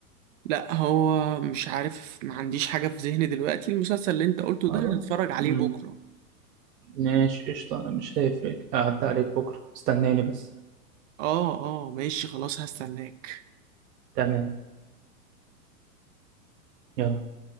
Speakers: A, on the right; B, on the right.
A: لا هو مش عارف ما عنديش حاجة في ذهني دلوقتي المسلسل اللي انت قلته
B: خلاص
A: ده هنتفرج عليه
B: مم.
A: بكرة
B: ماشي قشطة أنا مش هيفرق هعدي عليك بكرة استناني بس
A: اه اه ماشي خلاص هستناك
B: تمام يلا